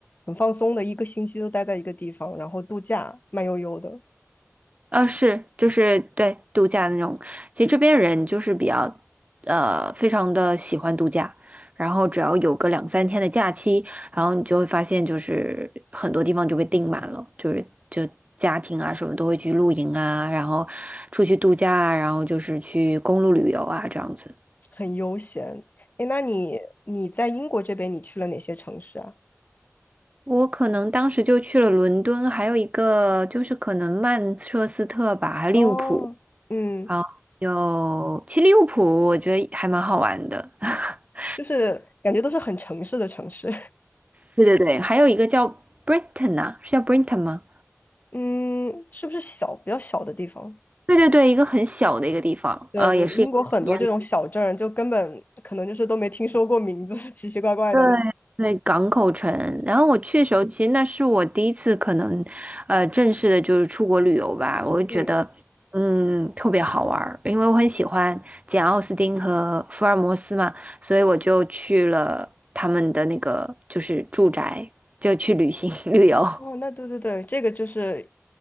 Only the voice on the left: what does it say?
很放松的，一个星期都待在一个地方，然后度假，慢悠悠的，
很悠闲。诶，那你你在英国这边，你去了哪些城市啊？
哦，嗯，
就是感觉都是很城市的城市，
<laughs> 嗯，是不是小，比较小的地方？
对对，
英国很多这种小镇儿就根本可能就是都没听说过名字，<laughs> 奇奇怪怪的那种。
嗯，
哦，那对对对，这个就是，